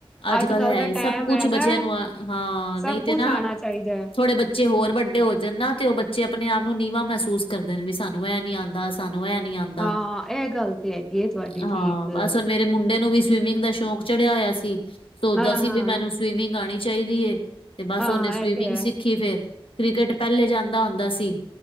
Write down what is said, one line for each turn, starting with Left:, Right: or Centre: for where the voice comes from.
Left: ਅੱਜ-ਕੱਲ੍ਹ
Centre: ਅੱਜ ਕੱਲ
Left: ਹੈ
Centre: ਦਾ
Left: ਈ
Centre: ਟਾਈਮ
Left: ਸਭ ਕੁਛ
Centre: ਹੈਗਾ
Left: ਬੱਚਿਆਂ ਨੂੰ ਆ। ਹਾਂ
Centre: ਸਭ
Left: ਨਹੀਂ ਤੇ
Centre: ਕੁਛ
Left: ਨਾ,
Centre: ਆਉਣਾ ਚਾਹੀਦਾ ਹੈ
Left: ਥੋੜੇ ਬੱ ਬੱਚੇ ਹੋਰ ਵੱਡੇ ਹੋ ਜਾਣ ਨਾ ਤੇ ਉਹ ਬੱਚੇ ਆਪਣੇ ਆਪ ਨੂੰ ਨੀਵਾਂ ਮਹਿਸੂਸ ਕਰਦੇ ਨੇ। ਵੀ ਸਾਨੂੰ ਐਹ ਨੀ ਆਂਦਾ। ਸਾਨੂੰ ਐਹ ਨੀ ਆਂ ਦਾ।
Centre: ਹਾਂ ਇਹ ਗੱਲ ਤੇ ਹੈਗੀ ਹੈ ਤੁਹਾਡੀ
Left: ਹਾਂ,
Centre: ਠੀਕ
Left: ਬੱਸ ਹੁਣ ਮੇਰੇ ਮੁੰਡੇ ਨੂੰ ਵੀ ਸਵੀਮਿੰਗ ਦਾ ਸ਼ੌਂਕ ਚੜਿਆ ਹੋਇਆ ਸੀ। ਸੋਚਦਾ
Centre: ਹਾਂ
Left: ਸੀ
Centre: ਹਾਂ
Left: ਵੀ ਮੈਨੂੰ ਸਵੀਮਿੰਗ ਆਣੀ ਚਾਹੀਦੀ ਏ ਤੇ ਬਸ
Centre: ਹਾਂ
Left: ਉਹਨੇ ਸਵੀਮਿੰਗ
Centre: ਇਹ ਤੇ ਹੈ
Left: ਸਿੱਖੀ ਫੇਰ। ਕ੍ਰਿਕਟ ਪਹਿਲੇ ਜਾਂਦਾ ਹੁੰਦਾ ਸੀ